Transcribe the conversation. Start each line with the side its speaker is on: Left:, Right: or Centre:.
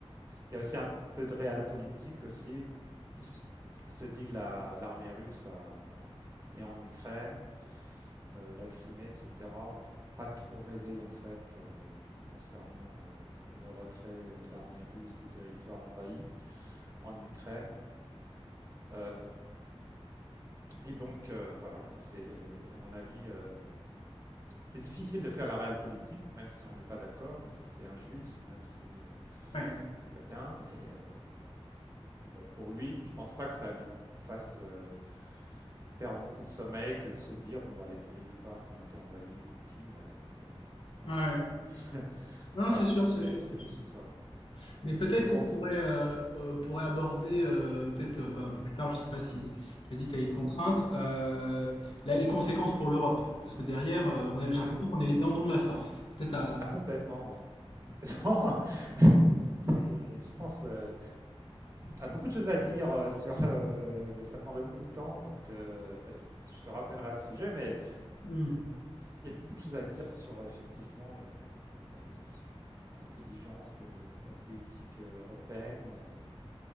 Right: il y a aussi un peu de réel politique aussi. Il, s- il se dit que la- l'armée russe a- est en Ukraine, euh, la Crimée, etc. Faut pas trop rêver, en fait, euh, concernant le, le retrait de l'armée russe des territoires envahis en Ukraine. Euh, Et donc, euh, voilà, quoi, c'est, à mon avis, euh, c'est difficile de faire la réelle politique, même si on n'est pas d'accord, même si c'est injuste, même si euh,
Left: ouais,
Right: c'est pas bien. Mais euh, bon, pour lui, je pense pas que ça lui fasse euh, perdre beaucoup de sommeil que de se dire, bon, bah, les territoires qui ont été envahis et conquis, bah, et voilà, quoi, c'est
Left: ouais,
Right: en
Left: ouais.
Right: Russie. quoi.
Left: Non,
Right: Voilà,
Left: c'est sûr, c'est
Right: c'est,
Left: sûr,
Right: c'est
Left: c'est
Right: juste
Left: sûr.
Right: ça, quoi.
Left: Mais peut-être
Right: Mais
Left: qu'on
Right: bon,
Left: pourrait,
Right: c'est-
Left: euh, euh, pourrait aborder, euh, peut-être euh, un peu plus tard, je sais pas si je me dis que tu as une
Right: Mhm.
Left: contrainte, euh, là, les conséquences pour l'Europe. Parce que derrière, euh, on a, j'ai
Right: Ah
Left: l'impression
Right: oui,
Left: qu'on
Right: oui,
Left: est les
Right: oui.
Left: dindons de la farce. Peut-être à.
Right: Ah, complètement, ouais. <laughs> Complètement. <laughs> On je pense. euh, a beaucoup de choses à dire euh, sur, euh, mais ça prendrait beaucoup de temps, donc euh, bah, écoute, je te rappellerai à ce sujet, mais
Left: Hmm.
Right: il y a beaucoup de choses à dire sur effectivement, le- on va dire sur la- l'intelligence de la politique euh, européenne euh,